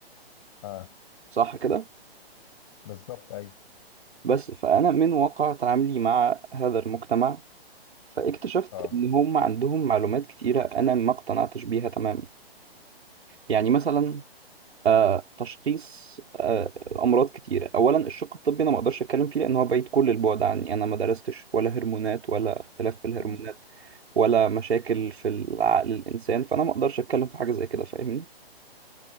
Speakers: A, on the left; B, on the right.
A: اه
B: صح كده
A: بالظبط ايوه
B: بس فانا من واقع تعاملي مع هذا المجتمع فاكتشفت
A: اه
B: ان هم عندهم معلومات كتيره انا ما اقتنعتش بيها تماما يعني مثلا آه تشخيص آه امراض كتيره اولا الشق الطبي انا ما اقدرش اتكلم فيه لان هو بعيد كل البعد عني انا ما درستش ولا هرمونات ولا اختلاف في الهرمونات
A: مم.
B: ولا مشاكل في العقل الانسان فانا ما اقدرش اتكلم في حاجه زي كده فاهمني